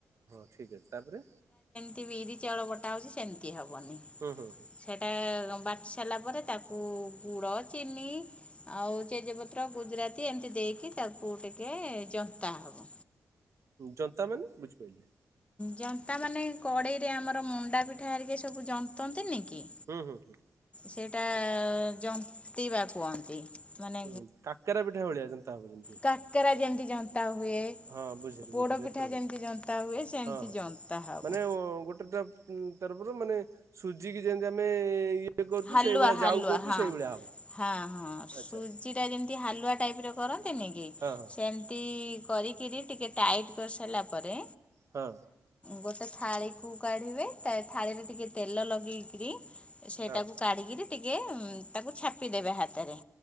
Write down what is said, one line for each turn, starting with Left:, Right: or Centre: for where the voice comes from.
Right: ଠିକଅଛି ତାପରେ
Left: କି ବିରି ଚାଉଳ ବଟା ହଉଛି ସେମିତି ହବନି।
Right: ହୁଁ ହୁଁ।
Left: ସେଇଟା ବାଟି ସାରିଲାପରେ ତାକୁ ଗୁଡ ଚିନି। ଆଉ ତେଜପତ୍ର ଗୁଜୁରାତି ଏମିତି ଦେଇକି ତାକୁ ଟିକିଏ ଜନ୍ତାହବ।
Right: ଜନ୍ତା ମାନେ ବୁଝିପାଇଲିନି।
Left: ଜନ୍ତା ମାନେ କଡେଇରେ ଆମର ମଣ୍ଡାପିଠା ହେରିକି ସବୁ ଜନ୍ତନ୍ତିନିକି।
Right: ହୁଁ ହୁଁ ହୁଁ
Left: ସେଇଟା ଜନ୍ତିବା କୁହନ୍ତି। ମାନେ
Right: ହୁଁ କାକେରା ପିଠା ଭଳିଆ ଜନ୍ତା ହବ ଯେମିତି।
Left: କାକେରା ଯେମିତି ଜନ୍ତା ହୁଏ।
Right: ହଁ ବୁଝିଲି
Left: ପୋଡ଼ପିଠା
Right: ବୁଝିଲି ଏଥର
Left: ଯେମିତି
Right: ବୁଝିଲି
Left: ଜନ୍ତା ହୁଏ ସେମିତି
Right: ହଁହଁ
Left: ଜନ୍ତା ହେବ
Right: ମାନେ ଗୋଟେତ ଉୁଁ ତରଫରୁ ମାନେ ସୁଜିିକି ଯେମିତି ଆମେ ଇଏ। କରୁଛୁ
Left: ହାଲୁଆ
Right: ସେଇଭଳିଆ
Left: ହାଲୁଆ
Right: ଯାଉ କରୁଛୁ
Left: ହଁ
Right: ସେଇଭଳିଆ
Left: ଅଁ।
Right: ହବ
Left: ହଁ ହଁ ସୁଜିଟା
Right: ଆଚ୍ଛା ଆଚ୍ଛା।
Left: ଯେମିତି ହାଲୁଆ ଟାଇପର କରନ୍ତିନିକି।
Right: ହଁ ହଁ
Left: ସେମତି କରିକିରି ଟିକିଏ ଟାଇଟ କରିସାରିଲା ପରେ
Right: ହଁ
Left: ଗୋଟେ ଥାଳିକୁ କାଢିବେ ତାଥାଳିରେ ଟିକିଏ ତେଲ ଲଗେଇକିରି ସେଟାକୁ
Right: ହଁ
Left: କାଢିକିରି ଟିକିଏ ତାକୁ ଛାପିଦେବେ ହାତେରେ।